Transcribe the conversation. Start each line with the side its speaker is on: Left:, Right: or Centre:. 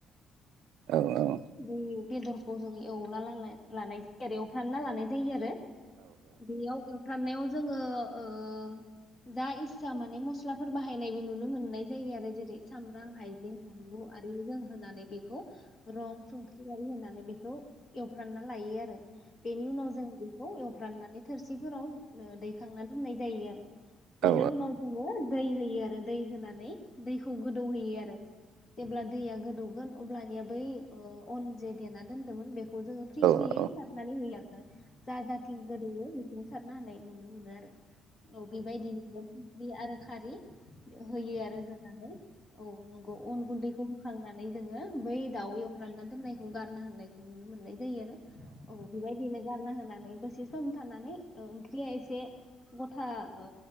Right: औ औ।
Left: बे बेदरखौ जों एवना लानाय जायो आरो एवफ्रानना लानाय जायो आरो। बेयाव एव फ्राम नायाव जोङो ओ जा इस्सा माने मस्लाफोर बाहायनायबो नुनो मोननाय जायो आरो जेरै सामब्राम हाइजें बानलु आरो जों होना नै बेखौ। रं थाव आरि होनानै बेखौ एवफ्रानना लायो आरो। बेनि उनाव जों बेखौ एव राननानै थोरसिफोराव ओ दैखांना दोननाय जायो आरो। बेनि
Right: औ
Left: उनाव जोङो दै होयो आरो दै होनानै दैखौ गोदौहैयो आरो। जेब्ला दैया गोदौगोन अब्लानिया बै अ अन जे देना दोनदोंमोन बेखौ खौ जोङो फ्रि-फ्रियै
Right: औ औ
Left: सारनानै होयोआरोना जा जाथिं गोदौवो बिथिं सारना हानाय नुनो मोनो आरो। औ बेबायदिनो आरो बे आरो खारि। होयो आरो होनानै औ नंगौ अन गुन्दैखौ होखांनानै जोङो बै दाउ एव फ्रामना दोननायखौ गारना होननायखौ नुनो मोननाय जायो आरो औ बेबायदिनो गारना होनानै दसे सम थानानै ओ ओंख्रिया एसे गथा ओ